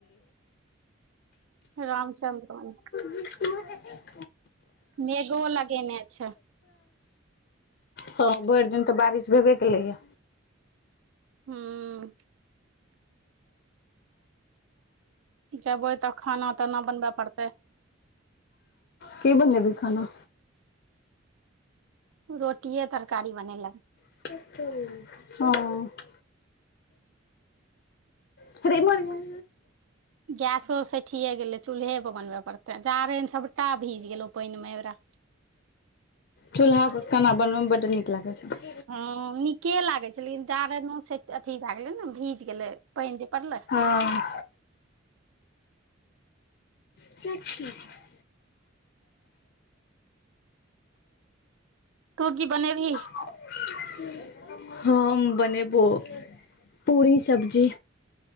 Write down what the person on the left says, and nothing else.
<inaudible>
ह भरि दिन तऽ बारिश भेबे केलैये।
की बनेभी खाना?
<inaudible> हऽ। <unintelligible>
चूल्हा पर खाना बनबोमे बड्ड नीक लागत।
ह। <unintelligible>
<inaudible> हम बनेबो पूरी सब्जी।